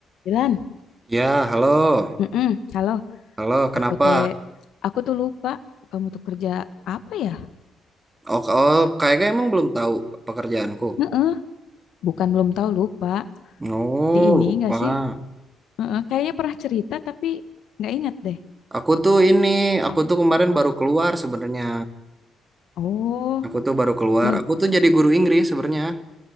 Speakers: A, on the left (about 75°); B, on the right (about 20°).
A: Dilan,
B: Ya, halo.
A: mm halo,
B: Halo, kenapa?
A: aku teh, aku tuh lupa kamu tuh kerja apa ya?
B: Oh, oh, kayaknya emang belum tahu pekerjaanku.
A: Heeh, bukan belum tahu lupa
B: Oh,
A: di ini
B: lupa.
A: nggak sih? Heeh, kayaknya pernah cerita tapi nggak ingat deh.
B: Aku tuh ini, aku tuh kemarin baru keluar sebenarnya.
A: Oh,
B: Aku tuh baru keluar.
A: loh,
B: Aku tuh jadi guru Inggris sebenarnya.